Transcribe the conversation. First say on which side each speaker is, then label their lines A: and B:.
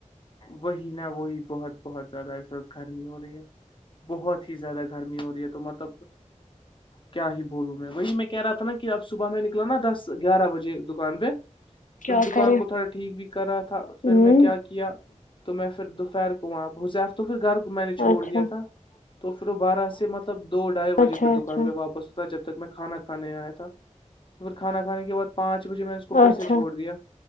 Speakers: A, on the left; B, on the left.
A: وہی نہ وہی بہت بہت زیادہ اس وقت گرمی ہو رہی ہے بہت ہی زیادہ گرمی ہو رہی ہے تو مطلب کیا ہی بولوں میں وہی میں کہہ رہا تھا نا کہ اب صبح میں نکلا نا دس گیارہ بجے دکان پہ تو
B: کیا
A: میں دکان
B: کریں
A: کو تھوڑا ٹھیک بھی کر رہا تھا
B: ہوں
A: پھر میں کیا کیا تو میں پھر دوپہر کو وہاں حزیر تو پھر گھر کو میں نے چھوڑ
B: اچھا
A: دیا تھا تو پھر وہ بارہ سے مطلب دو ڈھائی بجے
B: اچھا
A: پھر
B: اچھا
A: دکان پہ واپ تھا جب تک میں کھانا کانے آیا تھا تو پھر کھانا کھے کے بع پانچ بجے میں اس کو پھر
B: اچھا
A: سے چھوڑ دیا